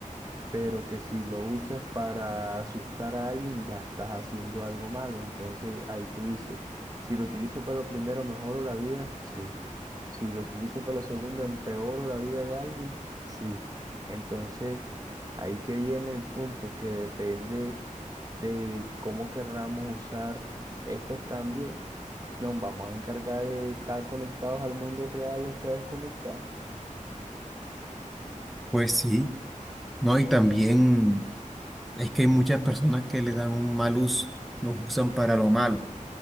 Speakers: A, on the right (about 25°); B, in the centre.
A: pero que si lo usas para asustar a alguien, ya estás haciendo algo malo. Entonces ahí tú dices, si lo utilizo para lo primero, mejoro la vida, sí. Si lo utilizo para lo segundo, empeoro la vida de alguien, sí. Entonces ahí que viene el punto que depende de cómo querramos usar estos cambios, nos vamos a encargar de estar conectados al mundo real o estar desconectados.
B: Pues sí. No, y también es que hay muchas personas que le dan un mal uso, los usan para lo malo.